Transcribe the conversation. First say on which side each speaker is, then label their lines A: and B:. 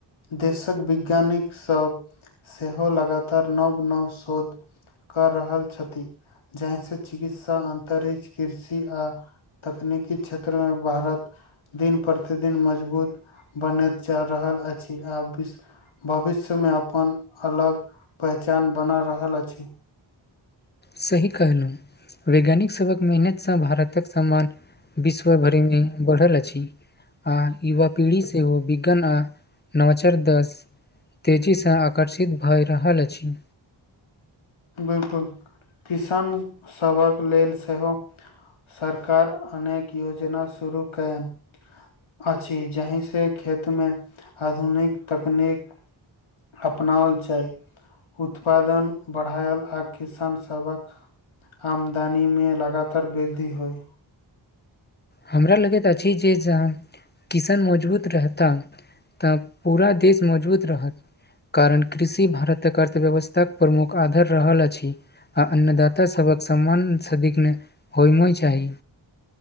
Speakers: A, on the left; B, on the left.
A: देशक वैज्ञानिक सब सेहो लगातार नव नव शोध कर रहल छथि जहिस चिकित्सा अन्तरिक्ष कृषि आ तकनीकी क्षेत्रमे भारत दिन प्रतिदिन मजबूत बनैत जा रहल अछि आ वि भविष्य मे अपन अलग पहचान बना रहल अछि
B: सही कहलहुँ वैज्ञानिक सभक मेहनतसँ भारतक समान विश्व भरि मे बढ़ल अछि आ युवा पीढ़ी सेहो विज्ञान आ नवचार दस तेजीसँ आकर्षित भऽ रहल अछि
A: बिलकुल किसान सभक लेल सेहो सरकार अनेक योजना शुरू कयैन अछि जाहिसँ खेतमे आधुनिक तकनीक अपनाओल जाय उत्पादन बढ़ायल आ किसान सभक आमदनीमे लगातार वृद्धि होइ
B: हमरा लगैत अछि जे जहाँ किसान मजबूत रहता तऽ पूरा देश मजबूत रहत कारण कृषि भारतक अर्थव्यवस्था के प्रमुख आधार रहल अछि आ अन्नदाता सभक सम्मान सदिग्न होय चाही